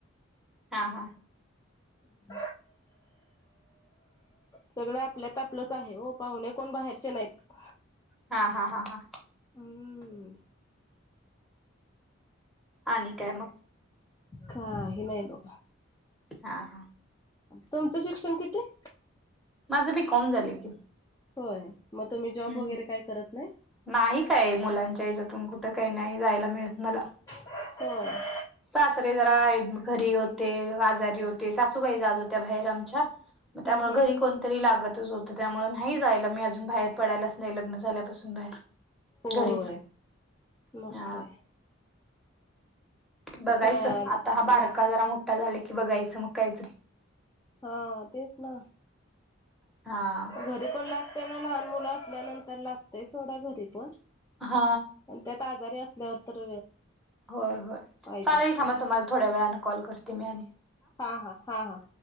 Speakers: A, in the centre; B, on the left.
A: हा हा.
B: <inaudible> सगळं आपल्यात आपलंच आहे हो पाहुणे कोण बाहेरचे नाहीत
A: हा हा हा हा.
B: हम्म.
A: आणि काय मग.
B: का हे नाही बघ.
A: हा हा.
B: तुमचं शिक्षण किती.
A: माझं बी कम झालंय की
B: होय मग तुम्ही
A: हम्म
B: जॉब वगैरे काय करत नाही.
A: नाही काय मुलांच्या याच्यातून कुठं काही नाही जायला मिळत मला
B: हा
A: <inaudible> सासरे जराड घरी होते आजारी होते सासूबाई जात होत्या बाहेर आमच्या
B: हम्म
A: मग त्यामुळे
B: हम्म
A: घरी कोणतरी लागतच होतं त्यामुळे नाही जायला मी अजून बाहेर पडायलाच नाही लग्न झाल्यापासून बाहेर
B: होय
A: घरीच
B: मग
A: अ
B: काय
A: बघायचं
B: ते सा
A: आता हा बारका
B: ला
A: जरा मोठा झाला की बघायचं मग काहीतरी
B: हा तेच ना
A: हा
B: घरी पण लागते ना लहान मुलं असल्यानंतर लागते सोडा घरी पण
A: हा
B: त्यात आजारी असल्यावर तर
A: होय होय
B: पाहिजेच
A: चालेल थांबा
B: पाहिजे
A: तुम्हाला थोड्या वेळाने कॉल करते मी आणि
B: हा हा हा हा